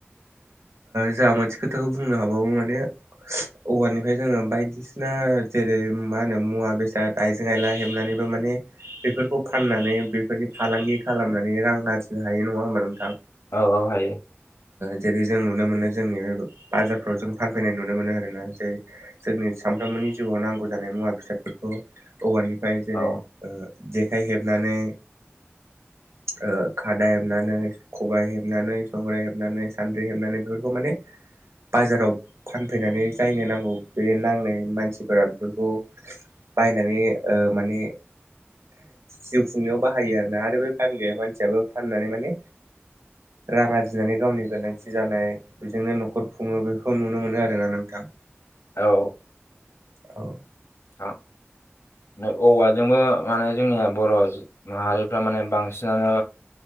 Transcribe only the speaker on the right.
जोहा मोनसे खोथाखौ बुंनो हाबावो माने। औवानिफ्राय जोङो बायदिसिना जेरै मा होनो मुवा बेसाद आइजें आइला हेबनानै। माने बेफोरखौ फाननानै बेफोरनि फालांगि खालामनानै रां आरजिनो हायो नङा होनबा नोंथां।
जेरै जों नुनो मोनो जोंनि बे बाजारफ्राव जों फानफैनाय नुनो मोनो आरोना ज जों। सानफ्रामबोनि जिउआव नांगौ जानाय मुवा बेसादफोरखौ औवानिफ्राय जेरै
ओ जेखाइ हेबनानै ओ खादा हेबनानै खबायाइ हेबनानै संग्राय हेब हेबनानै सान्द्रि हेबनानै बेफोरखौ माने बाजाराव फानफैनानै जायनो नांगौ बे नांनाय मानसिफोरा बेफोरखौ बायनानै ओ माने जिउ खुंनायाव बाहायो आरोना आरो बे फानग्राया मानसियाबो फाननानै माने रां आर जिनानै गावनि गोनांथि जानाय बेजोंनो न'खर खुङो बेखौ नुनो मोनो आरोना नोंथां
औ